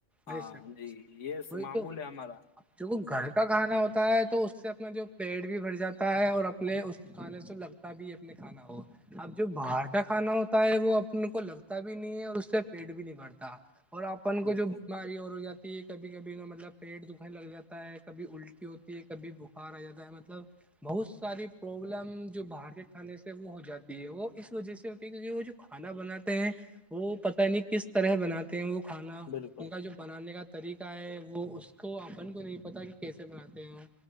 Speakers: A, on the left (about 85°); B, in the centre.
A: ہاں
B: بے شک
A: جی یہ
B: وہی
A: معمول
B: تو
A: ہے ہمارا
B: جو گھر
A: جی
B: کا کھانا ہوتا ہے تو اس سے اپنا جو پیڑ بھی بھر جاتا ہے اور اپنے اس کھانے سے لگتا بھی اپنے کھانا ہو <unintelligible> اب جو باہر کا کھانا ہوتا ہے وہ اپن کو لگتا بھی نہیں ہے اور اس سے پیٹ بھی نہیں بھرتا اور اپن
A: بالکل
B: کو جو بیماری اور ہو جاتی ہے کبھی کبھی ن مطلب پیٹ دکھان لگ جاتا ہے کبھی الٹی ہوتی ہے کبھی بخار آ جاتا ہے مطلب بہت ساری جو باہر کے کھانے سے وہ ہو جاتی ہے وہ اس وجہ سے کیونکہ وہ جو کھانا بناتے ہیں وہ پتتا نہیں کس طرح بناتے ہیں وہ کھانا
A: بالکل
B: ان کا جو بنانے کا طریقہ ہے وہ اس کو اپن کو نہیں پتا کہ کیسے بناتے ہیں